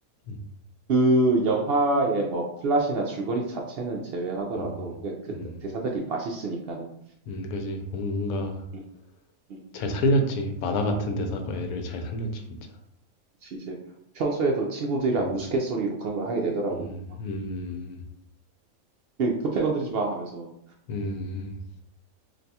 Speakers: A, on the left; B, on the right.
A: 음,
B: 그 영화의 뭐 플롯이나 줄거리 자체는 제외하더라도
A: 음,
B: 그, 그
A: 음,
B: 대사들이 맛있으니까는.
A: 음, 그지. 뭔가
B: 음, 음,
A: 잘 살렸지. 만화 같은
B: 음.
A: 대사가 애를 잘 살렸지 진짜.
B: 그치, 이제 평소에도 친구들이랑
A: 음,
B: 우스갯소리로 그런 걸 하게 되더라고.
A: 음,
B: 막,
A: 음,
B: 그, 급해 건드리지 마 하면서.
A: 음, 음.